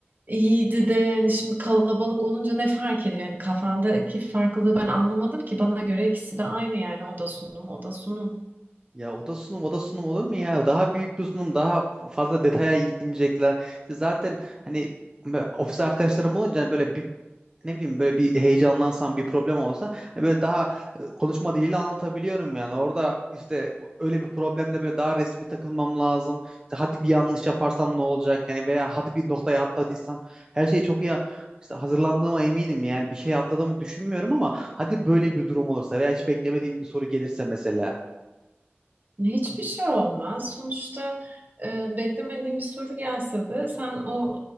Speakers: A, on the right; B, on the right.
A: iyiydi de hani şimdi kalabalık olunca ne fark ediyor? Yani kafandaki farklılığı ben anlamadım ki bana göre ikisi de aynı yani o da sunum o da sunum.
B: Ya oda sunum oda sunum olur mu ya? Daha büyük bir sunum, daha fazla detaya i- inecekler. İşte zaten hani böyle ofis arkadaşlarım olunca hani böyle bir ne bileyim böyle bir heyecanlansam bir problem olsa hani böyle daha e, konuşma diliyle anlatabiliyorum yani. Orada işte bu- öyle bir problemde böyle daha resmi takılmam lazım. İşte hadi bir yanlış yaparsam ne olacak yani veya hadi bir noktaya atladıysam her şeyi çok iyi işte hazırlandığıma eminim yani bir şey atladığımı düşünmüyorum ama hadi böyle bir durum olursa veya hiç beklemediğim bir soru gelirse mesela.
A: Hiçbir şey olmaz. Sonuçta e, beklemediğin bir soru gelse de sen o